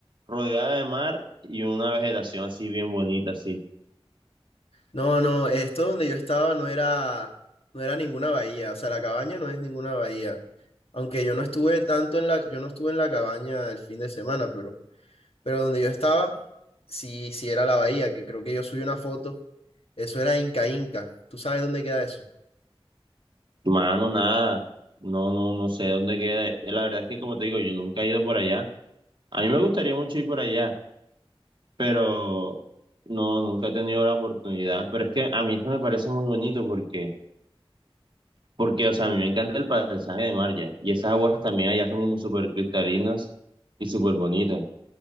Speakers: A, on the right; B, on the left.
A: rodeada de mar y una vegetación así bien bonita, así.
B: No, no, esto donde yo estaba no era, no era ninguna bahía. O sea, la cabaña no es ninguna bahía. Aunque yo no estuve tanto en la, yo no estuve en la cabaña el fin de semana, pero, pero donde yo estaba, sí, sí era la bahía, que creo que yo subí una foto Eso era Inca Inca. ¿Tú sabes dónde queda eso?
A: Mano, nada, no, no, no sé dónde queda. La verdad es que como te digo, yo nunca he ido por allá. A mí me gustaría mucho ir por allá, pero no, nunca he tenido la oportunidad. Pero es que a mí eso me parece muy bonito porque... Porque, o sea, a mí me encanta el paisaje de mar ya. Y esas aguas también allá son como súper cristalinas y súper bonitas.